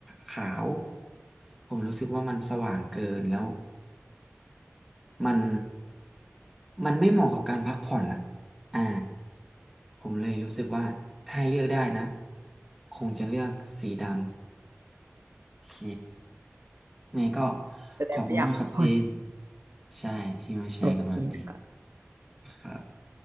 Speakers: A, in the centre; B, on the right.
A: ขาวผมรู้สึกว่ามันสว่างเกินแล้วมันมันไม่เหมาะกับการพักผ่อนอ่ะอ่าผมเลยรู้สึกว่าถ้าให้เลือกได้นะคงจะเลือกสีดำโอเคไงก็
B: แสดงว่าอยากพักผ่อน
A: ขอบคุณมากครับเจนใช่ที่มาแชร์กันวันนี้
B: โอเคค่ะ
A: ครับ